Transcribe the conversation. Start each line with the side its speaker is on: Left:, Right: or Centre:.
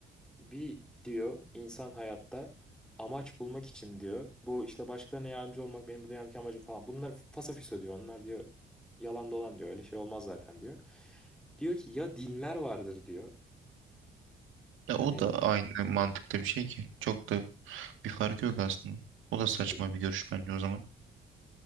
Centre: Bir diyor insan hayatta amaç bulmak için diyor. Bu işte başkalarına yardımcı olmak benim bu dünyadaki amacım falan. Bunlar fasafiso diyor. Onlar diyor yalan dolan diyor. Öyle şey olmaz zaten diyor. Diyor ki ya dinler vardır diyor.
Right: ya
Centre: Hani
Right: o da aynı mantıkta bir şey ki. Çok da bir farkı yok aslında. O da saçma
Centre: e,
Right: bir görüş bence o zaman.